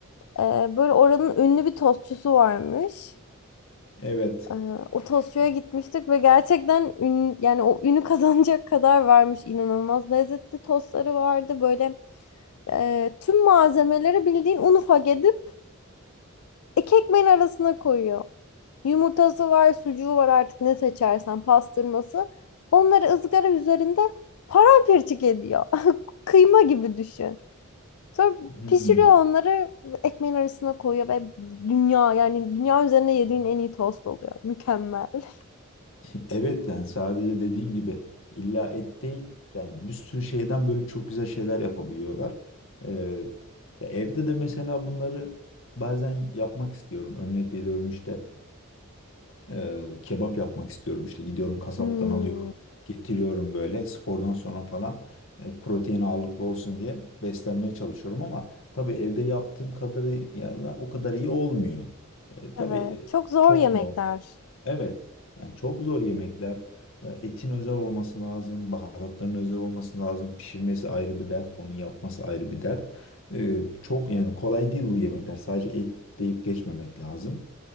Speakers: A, on the left; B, on the left.
A: E, böyle oranın ünlü bir tostçusu varmış.
B: Evet.
A: E, o tostçuya gitmiştik ve gerçekten ün, yani o ünü <laughs> kazanacak kadar varmış inanılmaz lezzetli tostları vardı. Böyle e, tüm malzemeleri bildiğin un ufak edip iki ekmeğin arasına koyuyor. Yumurtası var, sucuğu var artık ne seçersen pastırması. Onları ızgara üzerinde paramparçık ediyor. <laughs> Kıyma gibi düşün. Sonra
B: Hmm.
A: pişiriyor onları ekmeğin arasına koyuyor ve dünya yani dünya üzerine yediğin en iyi tost oluyor. Mükemmel. <laughs>
B: <laughs> Evet yani sadece dediğin gibi illa et değil yani bir sürü şeyden böyle çok güzel şeyler yapabiliyorlar. Ee, ya evde de mesela bunları bazen yapmak istiyorum. Örnek veriyorum işte e, kebap yapmak istiyorum işte gidiyorum kasaptan
A: Hmm,
B: alıyorum getiriyorum böyle spordan sonra falan e, protein ağırlıklı olsun diye beslenmeye çalışıyorum ama tabii evde yaptığım kadarıyla o kadar iyi olmuyor. E, tabii
A: evet. Çok zor
B: çok
A: yemekler.
B: normal. Evet. Yani çok zor yemekler. E, Etin özel olması lazım, baharatların özel olması lazım. Pişirmesi ayrı bir dert, onu yapması ayrı bir dert. E, çok yani kolay değil bu yemekler. Sadece et deyip geçmemek lazım.